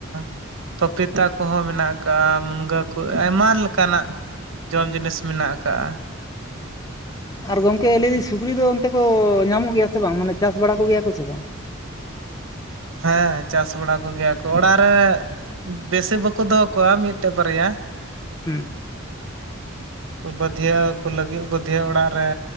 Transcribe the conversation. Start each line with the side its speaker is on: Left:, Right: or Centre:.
Right: ᱾ ᱯᱟᱯᱤᱛᱟ ᱠᱚᱦᱚᱸ ᱢᱮᱱᱟᱜ ᱠᱟᱜᱼᱟ ᱢᱩᱱᱜᱟᱹ ᱠᱚ ᱟᱭᱢᱟ ᱞᱮᱠᱟᱱᱟᱜ ᱡᱚᱢ ᱡᱤᱱᱤᱥ ᱢᱮᱱᱟᱜ ᱠᱟᱜ-ᱟ᱾
Left: ᱟᱨ ᱜᱚᱝᱠᱮ ᱞᱟᱹᱭ ᱫᱟᱹᱧ ᱥᱩᱠᱨᱥᱤ ᱫᱚ ᱚᱱᱛᱮ ᱫᱚ ᱧᱟᱢᱚᱜ ᱜᱮᱭᱟ ᱥᱮ ᱵᱟᱝ ᱢᱟᱱᱮ ᱪᱟᱥ ᱵᱟᱲᱟ ᱠᱚ ᱜᱮᱭᱟ ᱠᱚ ᱥᱮ ᱵᱟᱝ?
Right: ᱦᱮᱸ ᱪᱟᱥ ᱵᱟᱲᱟ ᱠᱚ ᱜᱮᱭᱟ ᱠᱚ ᱚᱲᱟᱜ ᱨᱮ ᱵᱮᱥᱤ ᱵᱟᱠᱚ ᱫᱚᱦᱚ ᱠᱚᱣᱟ ᱢᱤᱫᱴᱟᱹᱜ ᱵᱟᱨᱭᱟ ᱾
Left: ᱦᱩᱸ᱾
Right: ᱵᱟᱹᱫᱷᱭᱟᱹ ᱠᱚ ᱞᱟᱹᱜᱤᱫ ᱵᱟᱹᱫᱷᱭᱟᱹ ᱚᱲᱟᱜ ᱨᱮ